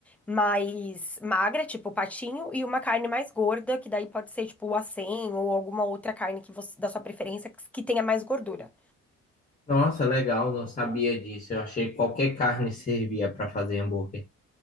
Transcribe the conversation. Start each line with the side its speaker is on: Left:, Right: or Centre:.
Centre: mais magra, tipo patinho, e uma carne mais gorda, que daí pode ser, tipo, o acém ou alguma outra carne que você, da sua preferência que que tenha mais gordura.
Left: Nossa, legal, não sabia disso. Eu achei que qualquer carne servia para fazer hambúrguer.